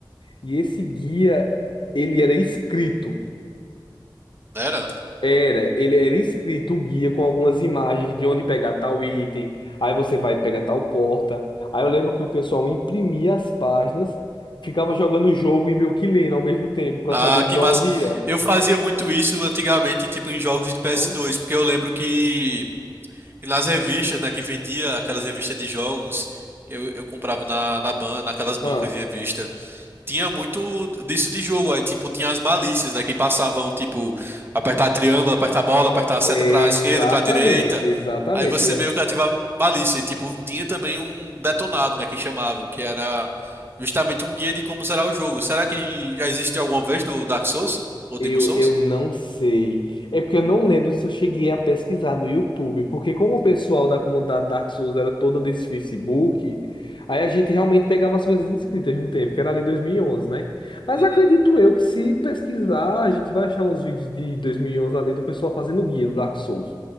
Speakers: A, on the left (about 65°); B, on the right (about 25°).
A: e esse guia ele era escrito.
B: Era?
A: Era, ele era escrito o guia com algumas imagens de onde pegar tal item, aí você vai pegar tal porta. Aí eu lembro que o pessoal imprimia as páginas, ficava jogando o jogo e meio que lendo ao mesmo tempo para
B: Ah,
A: saber
B: que
A: para
B: massa.
A: onde ia.
B: Eu fazia muito isso antigamente, tipo, em jogos
A: Então,
B: de PS2, porque eu lembro que que nas revistas, né, que vendia aquelas revistas de jogos, eu, eu comprava na, na ban, naquelas bancas
A: ah,
B: de revista. tinha muito disso de jogo. Aí, tipo, tinha as malícias, né? Que passavam, tipo, apertar triângulo, apertar bola, apertar a
A: exatamente,
B: seta pra esquerda, pra direita.
A: exatamente.
B: Aí você
A: E era.
B: meio que ativava malícia. E, tipo, tinha também um detonado, né? Que chamavam, que era justamente um guia de como será o jogo. Será que já existe alguma vez do Dark Souls? Ou
A: Eu,
B: Demon Souls?
A: eu não sei. É porque eu não lembro se eu cheguei a pesquisar no YouTube, porque como o pessoal da comunidade Dark Souls era toda desse Facebook, aí a gente realmente pegava as coisas escritas de um tempo, que era ali dois mil e onze né? Mas
B: Uhum.
A: acredito eu que se pesquisar, a gente vai achar uns vídeos de 2011 ali do pessoal fazendo guia do Dark Souls.